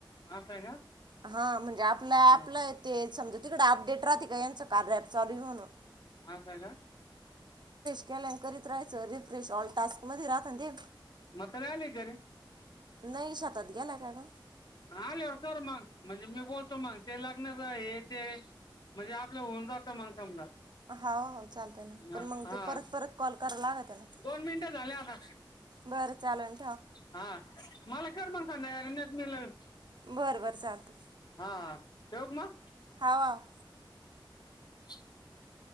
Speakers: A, on the left (about 55°); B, on the right (about 60°).
A: आसय का.
B: हा म्हणजे आपलं
A: हा,
B: ॲपला आहे ते समजत तिकडे अपडेट राहते का यांचं कार्या ॲप चालू आहे म्हणून.
A: हाय कायला.
B: केलं आणि करीत राहाचं. रिफ्रेश ऑल टास्क मध्ये राहत ना ते.
A: म्हातारी आली घरी.
B: नइ शेतात गेल्या का नाय.
A: आल्या वर कर मग. म्हणजे मी बोलतो मग. ते लग्नाच हे ते. म्हणजे आपलं होऊन जातं मग समजा.
B: हा ह चालतय ना. पण
A: हा
B: मंग
A: हा.
B: ते परत परत कॉल कराल लागते ना.
A: दोन मिनिटं झाले आता
B: बरं चालल.
A: हा मला कर मग संध्याकाळी. नाहीतर मीच लावीन.
B: बर बरं चालत.
A: हा ठेवू का म
B: हाव हाव.
A: <inaudible>